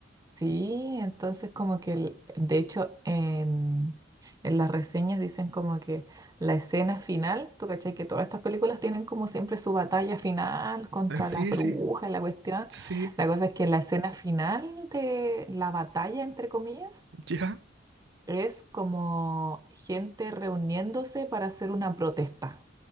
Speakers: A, on the right (about 20°); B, on the right (about 65°).
A: Sí, entonces como que, el- de hecho, en, en las reseñas dicen como que la escena final, tú cachai que todas estas películas tienen como siempre su batalla final contra
B: Ah, Sí,
A: las brujas,
B: sí,
A: y la cuestión.
B: sí,
A: La cosa es que la escena final de la batalla, entre comillas,
B: ya.
A: Es como gente reuniéndose para hacer una protesta